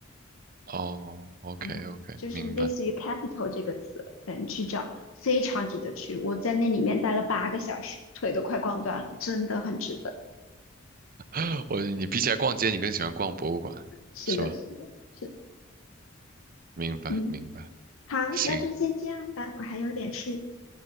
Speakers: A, on the right (about 45°); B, on the left (about 70°).
A: 哦，OK
B: 嗯，
A: OK，
B: 就是类似于
A: 明白。
B: capital 这个词，嗯，去找非常值得去，我在那里面待了八个小时，腿都快逛断了，真的很值得，
A: <laughs> 我你比起来逛街，你更喜欢逛博物馆，
B: 是的，
A: 是吧？
B: 是的。是的
A: 明白明白。
B: 嗯，好，
A: 行，
B: 那就先这样吧，我还有点事。